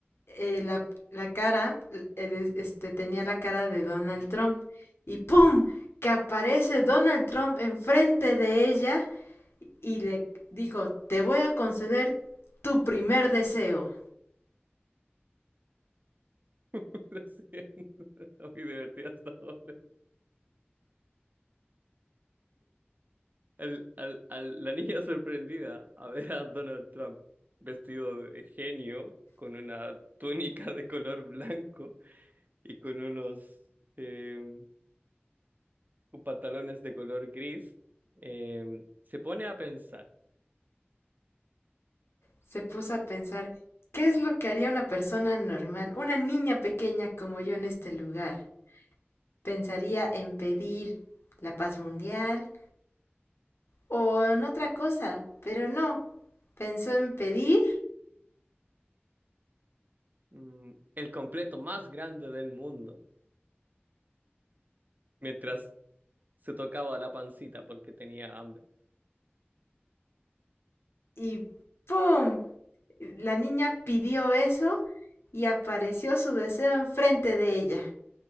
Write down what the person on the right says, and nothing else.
<laughs> Lo siento, muy divertida hasta ahora. al- al- al- la niña <laughs> sorprendida a ver a Donald Trump vestido de genio, con una túnica de color blanco y con unos eh, pantalones de color gris, eh, se pone a pensar,
mm, el completo más grande del mundo, mientras se tocaba la pancita porque tenía hambre.